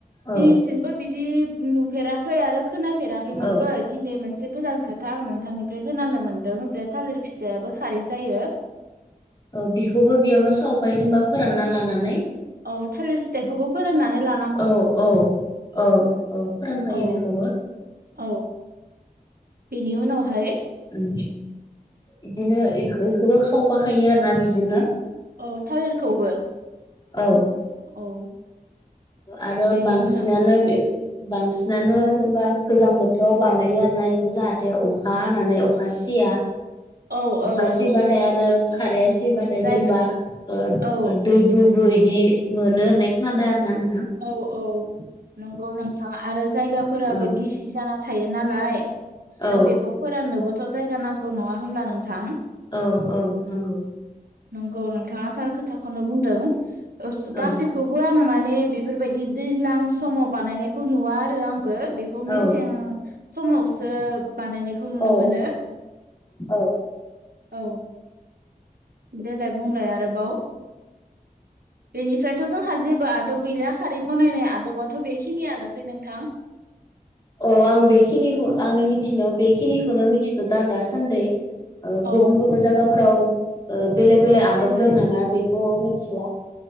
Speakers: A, on the left (about 30°); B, on the right (about 75°).
A: औ
B: दासिमबो बिदि नुफेराखै आरो खोना फेराखैमोनबो।
A: औ
B: दिनै मोनसे गोदान खोथा आं नोंथांनिफ्राय खोनानो मोनदों जे थालिर फिथाइाबो खारै जायो।
A: औ बेखौबो बेयावनो सावफायो जेनबा फोरानना लानानै
B: औ थालिर फिथाइखौबो फोराननानै ला
A: औ औ औ औ फोरानफायो
B: औ
A: बेखौबो
B: औ बेनि उनावहाय
A: ओम इदिनो इखो इखोबो खावफाखायो आरो ना बिजोंनो
B: औ थालिरखौबो
A: औ
B: औ।
A: आरो
B: बेनि
A: बांसिनानो
B: उनाव
A: बे बांसिनानो जेनबा गोजां बोथोराव बानायो आरो ना। जाहाथे अखा हानानै अखा सिया
B: औ
A: अखा
B: औ
A: सिबाथाय
B: औ
A: आरो
B: औ
A: खाराया सिबाथाय
B: जायगा
A: जेनबा
B: औ
A: ओ दै ब्रु ब्रु इदि मोनो होननाय खोनादों आरोना नोंथां।
B: औ औ नंगौ नोंथां आरो जायगाफोराबो
A: औ
B: गिसि जाना थायो नालाय
A: औ
B: जों बेखौ फोराननोबोथ' जायगा नांगौ नङा होमब्ला नोंथां?
A: औ औ नोंगौ।
B: नोंगौ नोंथाङा थार खोथाखौनो बुंदों ओ
A: औ
B: गासै खौबो आं माने बेफोरबायदि दैज्लां समाव बानायनायखौ नुवा आरो आंबो बे खौ मेसें
A: औ
B: समावसो बानायनायखौ नुनो
A: औ
B: मोनो।
A: औ
B: औ देलाय बुंलाय आरोबाव बेनिफ्राय थ' जोंहा जेबो आदब गैलिया खारै बनायनाय आदबाथ' बेखिनियानोसै नोंथां
A: औ आं बेखिनिखौ आंनि मिथिनायाव बेखिनिखौनो मिथिथ'दों आं दासान्दै ओ गुबुन
B: औ
A: गुबुन जायगाफोराव ओ बेलेग बेलेक
B: माबोरैहाय
A: आदब दं नामा बेखौ मिथिला